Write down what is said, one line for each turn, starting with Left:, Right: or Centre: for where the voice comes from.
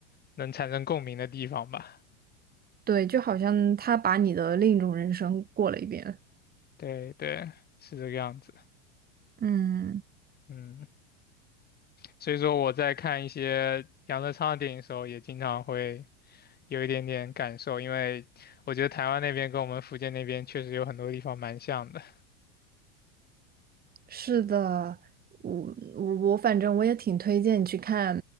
Left: 能产生共鸣的地方吧。
Right: 对，就好像她把你的另一种人生过了一遍。
Left: 对对，是这个样子。
Right: 嗯。
Left: 嗯，所以说我在看一些杨德昌的电影的时候，也经常会有一点点感受，因为我觉得台湾那边跟我们福建那边确实有很多地方蛮像的。
Right: 是的，我我我反正我也挺推荐你去看